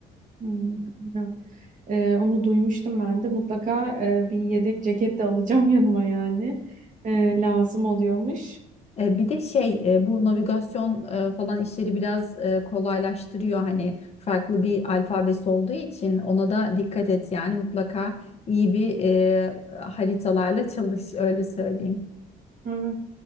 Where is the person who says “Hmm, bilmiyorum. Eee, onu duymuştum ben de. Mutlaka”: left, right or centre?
Right